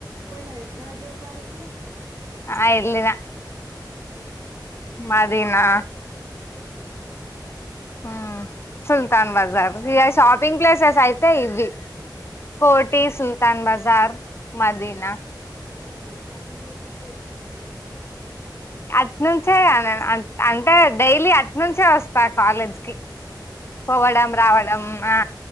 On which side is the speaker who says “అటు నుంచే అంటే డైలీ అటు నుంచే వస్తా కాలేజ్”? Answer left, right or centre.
Left